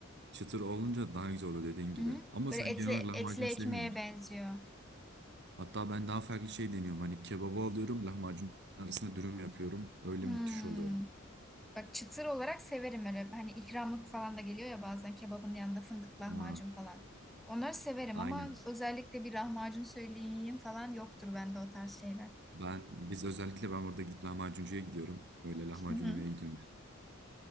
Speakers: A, on the right (about 55°); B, in the centre.
A: çıtır olunca daha güzel oluyor dediğin gibi.
B: Hı hı.
A: Ama
B: Böyle
A: sen
B: etli
A: genel olarak
B: etli
A: lahmacun
B: ekmeğe
A: sevmiyorsun.
B: benziyor.
A: Hatta ben daha farklı şey deniyorum. Hani kebabı alıyorum, lahmacun arasına dürüm yapıyorum. Öyle
B: Hmm.
A: müthiş oluyor.
B: Bak çıtır olarak severim öyle. Hani ikramlık falan da geliyor ya bazen kebabın yanında fındık lahmacun
A: Ha,
B: falan. Onları severim
A: aynen.
B: ama özellikle bir lahmacun söyleyeyim yiyeyim falan yoktur bende o tarz şeyler.
A: Ben biz özellikle ben orada gidip lahmacuncuya gidiyorum. Öyle lahmacun
B: Hı hı.
A: yemeye gidiyorum. yani.